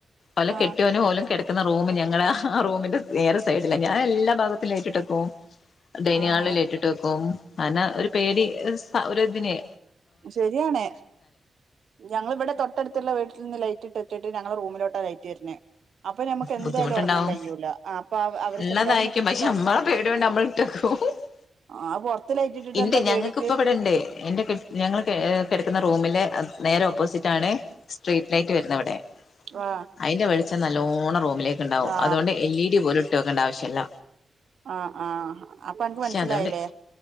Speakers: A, on the left (about 70°); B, on the right (about 80°).
A: ഓലെ
B: ആ
A: കെട്ടിയോനും ഓലും കെടക്ക ക്കുന്ന റൂംമില്ലേ ങ്ങളാ ആ റൂമിന്റെ വേറെ ഒരു സൈഡില്ല ഞാൻ എല്ലാ ഭാഗത്തും ലൈറ്റിട്ട് വെക്കും. ഡൈനി
B: ആ
A: ഹാളിൽ ലൈറ്റിട്ട് വെക്കും. അന ഒരു പേടി ഒര് സ ഒരുതിന്.
B: ശെരിയാണ്. ഞങ്ങളിവിടെ തൊട്ടടുത്തുള്ള വീട്ടിൽ നിന്ന് ലൈറ്റ് ഇട്ടട്ട്, ഞങ്ങളെ റൂമിലോട്ടാ ലൈറ്റ് വര്ണെ. അപ്പൊ ഞമക്ക് എന്തായാലും
A: ബുദ്ധിമുട്ടുണ്ടാവും
B: ഉറങ്ങാൻ കഴിയൂല്ല. ആ അപ്പൊ അവര് അവര്ക്ക്ന്തായാലും
A: ഉള്ളതായിരിക്കും
B: ബുദ്ധിമുട്ടുണ്ടാവല്ലോ.
A: പക്ഷെ നമ്മളെ
B: ആ.
A: <unintelligible>
B: ആ പൊർത്ത് ലൈറ്റിട്ടിട്ട്
A: ഇണ്ട്
B: എന്താ
A: ഞങ്ങൾക്ക്
B: പേടിക്ക്
A: ഇപ്പ ഇവിടെണ്ട് എന്റെ കെ ഞങ്ങൾ ഏ കെടക്കുന്ന റൂമില് അത് നേരെ ഓപ്പോസിറ്റ് ആണ് സ്ട്രീറ്റ് ലൈറ്റ് വരുന്നത് ഇവിടെ.
B: ആ
A: അയിന്റെ വെളിച്ചം നല്ലോണം റൂമിലേക്ക് ഉണ്ടാവും.
B: ആ
A: അതോണ്ട് എൽ ഇ ഡി പോലും ഇ ഇട്ട് വെക്കണ്ട ആവശ്യല്ല.
B: ആഹ് ആ അപ്പൊ അനക്ക്
A: പക്ഷെ
B: മനസ്സിലായില്ലേ.
A: അതുകൊണ്ട്